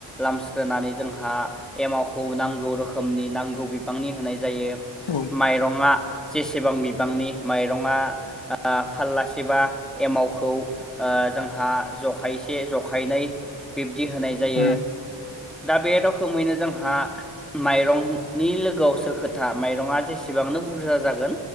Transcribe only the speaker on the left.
औ।
उम उम